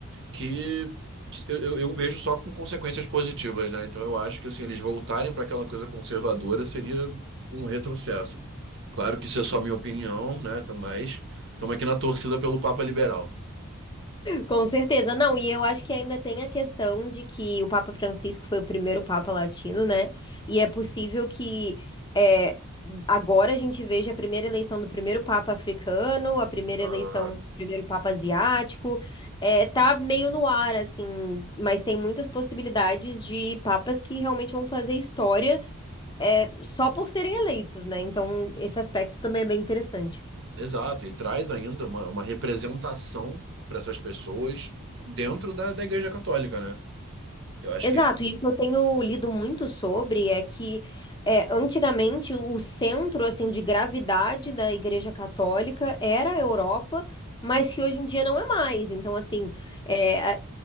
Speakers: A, on the right (about 60°); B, on the left (about 20°).
A: que, que eu, eu eu vejo só com consequências positivas, né? Então eu acho que assim, eles voltarem para aquela coisa conservadora seria um retrocesso. Claro que isso é só minha opinião, né? Tá- Mas estamos aqui na torcida pelo Papa liberal.
B: Com certeza, não, e eu acho que ainda tem a questão de que o Papa Francisco foi o primeiro Papa latino, né? E é possível que é, agora a gente veja a primeira eleição do primeiro Papa africano, a primeira
A: Aham.
B: eleição do primeiro Papa asiático. É, tá meio no ar, assim, mas tem muitas possibilidades de papas que realmente vão fazer história é, só por serem eleitos, né? Então, esse aspecto também é bem interessante.
A: Exato, e traz ainda uma, uma representação para essas pessoas dentro da, da Igreja Católica, né? Eu acho
B: Exato,
A: que.
B: e o que eu tenho lido muito sobre é que é, antigamente o centro assim de gravidade da Igreja Católica era a Europa, mas que hoje em dia não é mais. Então, assim, é, a,